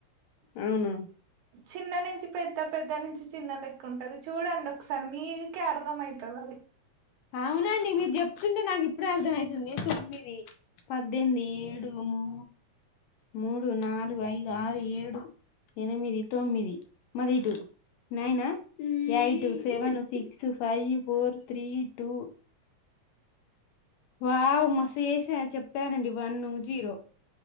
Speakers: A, on the left; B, on the right.
A: అవును
B: చిన్న నుంచి పెద్ద పెద్ద నుంచి చిన్న లెక్క ఉంటది చూడండి ఒకసారి మీకే అర్థంమైతు తెల్వది
A: అవునండి మీరు చెప్తుంటే నాకు ఇప్పుడు అర్థం అవుతుంది తొమ్మిది పద్దెనిమిది ఏడు మూ మూడు నాలుగు ఐదు ఆరు ఏడు ఎనిమిది తొమ్మిది మళ్ళ ఇటూ నయినా eight seven six six five four three two wow మస్తు చేస చెప్పారండి వన్ జీరో